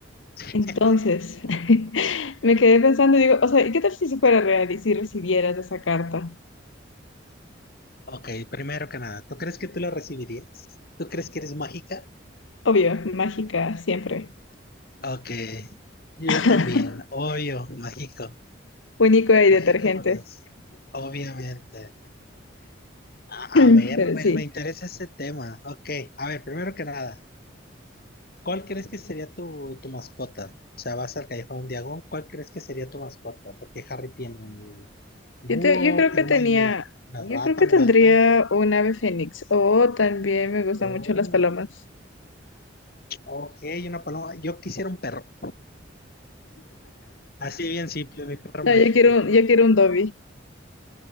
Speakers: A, on the left (about 50°); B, on the left (about 85°).
A: <laughs>
B: Entonces, <laughs> me quedé pensando y digo, o sea, ¿y qué tal si eso fuera real y si recibieras esa carta?
A: Ok, primero que nada, ¿tú crees que tú la recibirías? ¿Tú crees que eres mágica?
B: Obvio, mágica, siempre.
A: Ok, yo
B: <laughs>
A: también, obvio, mágico.
B: Único y
A: Mágico,
B: detergente.
A: ¿verdad? Obviamente. A
B: <clears throat>
A: a ver,
B: Pero
A: me,
B: sí,
A: me interesa ese tema. Ok, a ver, primero que nada, ¿cuál crees que sería tu, tu mascota? O sea, vas al Callejón de Diagon, ¿cuál crees que sería tu mascota? Porque Harry tiene un Búho,
B: yo, te- yo creo
A: Hermione,
B: que tenía,
A: una
B: yo
A: rata,
B: creo que
A: un
B: tendría
A: gato.
B: un ave fénix o también me gustan
A: Oh,
B: mucho las palomas.
A: ok, una paloma. Yo quisiera un perro. Así bien simple, mi perro
B: No,
A: mágico.
B: yo quiero, yo quiero un Dobby.